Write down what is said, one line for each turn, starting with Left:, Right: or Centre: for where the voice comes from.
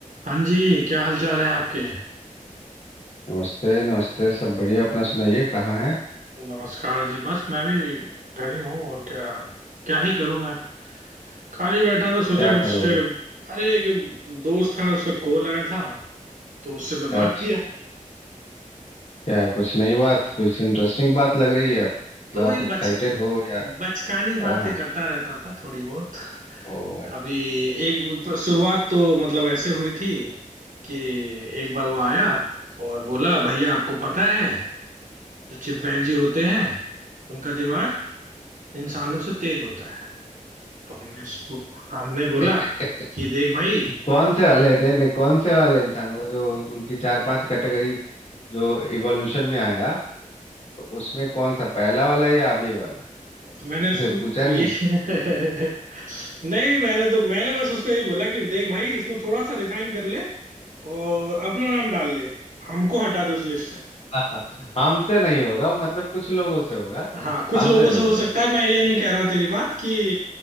Right: हाँ जी क्या हाल चाल है आपके
Left: नमस्ते नमस्ते सब बढ़िया अपना सुनाइए कहाँ है
Right: नमस्कार जी बस मैं भी घर ही हूँ और क्या क्या ही करूँ मैं खाली बैठा था सोचा
Left: क्या
Right: कुछ
Left: करोगे
Right: अरे एक दोस्त था उसका कॉल आया था तो उससे मैं बात
Left: आज
Right: किया
Left: क्या कुछ नई बात कुछ इंटरेस्टिंग बात लग रही है आप मतलब
Right: तो
Left: आप
Right: ये
Left: एक्साइटेड
Right: बच
Left: हो या
Right: बचकानी
Left: हाँ
Right: बातें
Left: हाँ
Right: करता रहता था थोड़ी बहुत
Left: ओ अच्छा।
Right: अभी एक प- शुरुआत तो मतलब ऐसे हुई थी कि एक बार वो आया और बोला भैया आपको पता है जो चिंपैंजी होते हैं उनका दिमाग इंसानों से तेज होता है तो हमने उसको हमने बोला
Left: <laughs>
Right: कि देख भाई
Left: कौन से वाले नहीं नहीं कौन से वाले इंसान वो जो उनकी चार पांच कैटेगरी जो इवोल्यूशन में आया तो उसमें कौन सा पहला वाला या अभी वाला
Right: तो मैंने उस
Left: <laughs> पूछा नहीं
Right: ये <laughs> नहीं मैंने तो मैंने बस उसको यही बोला कि देख भाई इसमें थोड़ा सा रिफाइन कर ले और अपना नाम डाल ले हमको हटा दे उस लिस्ट से
Left: हाँ, हमसे नहीं होगा मतलब कुछ लोगों से होगा
Right: हाँ कुछ
Left: हमसे
Right: लोगों
Left: नहीं
Right: से हो
Left: होगा
Right: सकता है मैं ये नहीं कह रहा हूँ तेरी बात कि